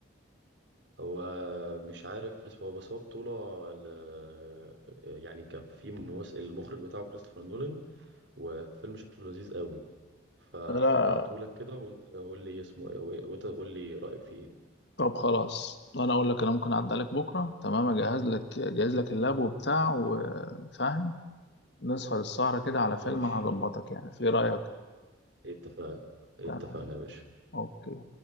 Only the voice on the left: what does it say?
لا
طب خلاص انا اقول لك انا ممكن اعدي عليك بكره تمام اجهز لك اجهز لك اللاب وبتاع وفاهم نسهر السهره كده على
فيلم انا هظبطك يعني في رايك
تمام
اوكي